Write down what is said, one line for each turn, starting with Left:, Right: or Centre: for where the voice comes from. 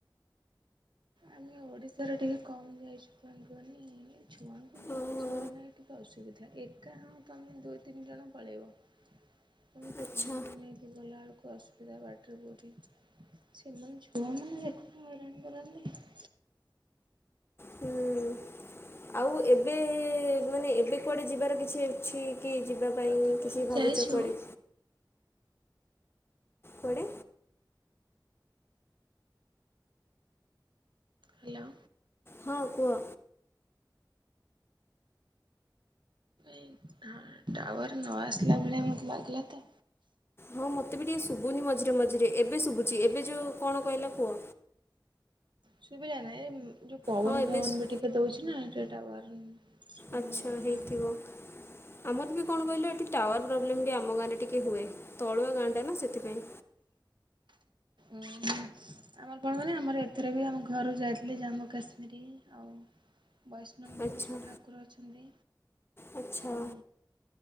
Right: ଆମେ ଓଡିଶାରେ ଟିକେ କମ୍ ଯାଇଚୁ କାଇଁ କୁହନି ଛୁଆଙ୍କୁ ନେଇକି
Left: ଓହୋ
Right: ଛୁଆ ମାନେ ଟିକେ ଅସୁବିଧା ଏକା ହଁ ତମେ ଦୁଇ, ତିନି ଜଣ ପଳେଇବ। ଆଉ
Left: ଆଚ୍ଛା।
Right: ଛୁଆଙ୍କୁ ନେଇକି ଗଲା ବେଳକୁ ଅସୁବିଧା ବାଟରେ କୋଉଠି ସେମାନେ ଛୁଆମାନଙ୍କୁ ଦେଖିକି ହଇରାଣ କରନ୍ତି।
Left: ହୁଁ। ଆଉ ଏବେ ମାନେ ଏବେ କୁଆଡ଼େ ଯିବାର କିଛି ଅଛି କି ଯିବା ପାଇଁ
Right: ତଥାପି
Left: କିଛି
Right: ଆମେ
Left: ଭାବୁଚ
Right: ଯାଇଛୁ
Left: କୁଆଡେ? କୁଆଡେ?
Right: ହ୍ୟାଲୋ।
Left: ହଁ କୁଅ।
Right: ଏଇ ହଁ ଟାୱାର ନ ଆସିଲା ଭଳିଆ ମତେ ଲାଗିଲାତ।
Left: ହଁ ମୋତେ ବି ଟିକେ ଶୁବୁନି ମଝିରେ ମଝିରେ ଏବେ ଶୁବୁଚି ଏବେ ଯୋଉ କଣ କଇଲ କୁଅ।
Right: ଶୁବିଲା ନାଇଁ ଏ ଯୋଉ ପବନ
Left: ହଁ
Right: ଫବନ
Left: ଏବେ ଶୁ-
Right: ବି ଟିକେ ଦଉଚି ନା ଟିକେ ଟାୱାର ଶୁଭୁନି
Left: ଆଚ୍ଛା
Right: ବୋଧେ
Left: ହେଇଥିବ।
Right: ଆଉ
Left: ଆମର ବି କଣ କଇଲେ ଏଠି ଟାୱାର ପ୍ରୋବ୍ଲେମ୍ ବି ଆମ ଗାଁରେ ଟିକେ ହୁଏ ତଳୁଆ ଗାଁଟା ନା ସେଥିପାଇଁ।
Right: ଉଁ ହୁଁ। ଆମର କଣ କଇଲେ ଆମର ଏଥିରେ ବି ଆମ ଘରୁ ଯାଇଥିଲି ଜାମ୍ମୁ କାଶ୍ମୀର୍ ଆଉ ବୈଷ୍ଣବୀ
Left: ଆଚ୍ଛା।
Right: ଦେବୀ ଯୋଉ ଠାକୁର ଅଛନ୍ତି।
Left: ଆଚ୍ଛା
Right: ଆଉ